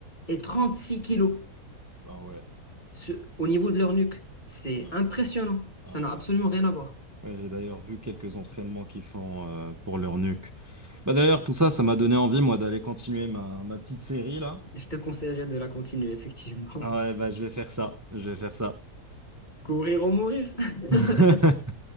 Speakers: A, on the left; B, on the right.
A: et 36 kilos.
B: Ah ouais.
A: Ce- au niveau de leur nuque, c'est
B: Ouais.
A: impressionnant.
B: Ouais.
A: Ça n'a absolument rien à voir.
B: Ouais, j'ai d'ailleurs vu quelques entraînements qu'ils font euh, pour leur nuque. Bah d'ailleurs, tout ça, ça m'a donné envie, moi, d'aller continuer ma, ma petite série là.
A: Je te conseillerais de la continuer, effectivement.
B: Ah ouais, bah je vais faire ça. Je vais faire ça.
A: <laughs> Courir ou mourir. <laughs>
B: <laughs>